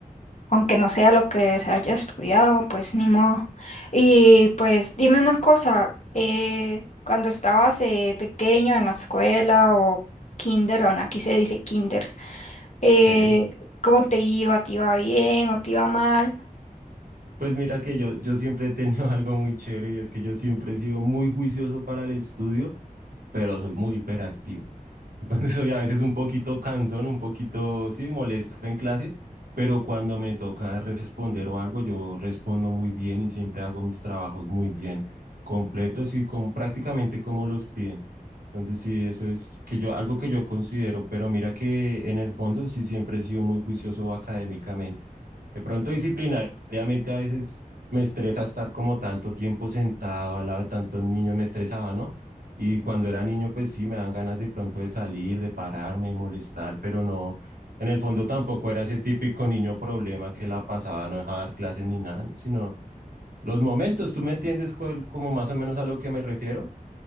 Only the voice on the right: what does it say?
Sí.
Pues mira que yo, yo siempre he tenido <laughs> algo muy chévere y es que yo siempre he sido muy juicioso para el estudio pero soy muy hiperactivo. <laughs> Entonces soy a veces un poquito cansón, un poquito, sí, molesto en clase, pero cuando me toca responder o algo, yo respondo muy bien y siempre hago mis trabajos muy bien, completos y con prácticamente como los piden. Entonces sí, eso es que yo, algo que yo considero, pero mira que en el fondo sí siempre he sido muy juicioso académicamente. De pronto disciplinariamente a veces me estresa estar como tanto tiempo sentado al lado de tantos niños, me estresaba, ¿no? Y cuando era niño, pues sí, me dan ganas de pronto de salir, de pararme, de molestar, pero no, en el fondo tampoco era ese típico niño problema que la pasaba, no dejaba dar clases ni nada, sino los momentos, ¿tú me entiendes cuál- como más o menos a lo que me refiero?